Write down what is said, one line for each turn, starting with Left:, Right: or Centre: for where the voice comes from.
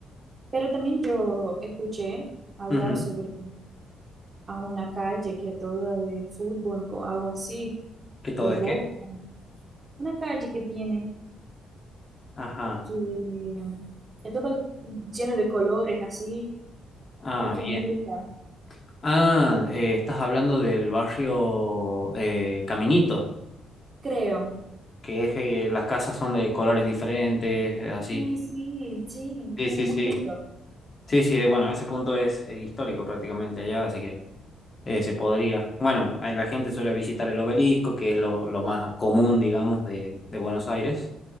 Right: Pero también yo escuché hablar
Left: Ujú.
Right: sobre a una calle que es toda de fútbol o algo así,
Left: ¿Que todo
Right: de Boca.
Left: es qué?
Right: Una calle que tiene,
Left: Ajá.
Right: que eh, es toda llena de colores así,
Left: Ah,
Right: eh, que
Left: bien.
Right: es muy linda,
Left: Ah, eh, estás hablando del barrio eh, Caminito,
Right: creo.
Left: que es eh, las casas son de colores diferentes, eh, así.
Right: Sí, sí, sí,
Left: Sí,
Right: que
Left: sí,
Right: es muy
Left: sí.
Right: lindo.
Left: Sí, sí, eh, bueno, ese punto es, es histórico prácticamente allá, así que eh, se podría. Bueno, ahí la gente suele visitar el obelisco, que es lo, lo más común, digamos, de, de Buenos Aires.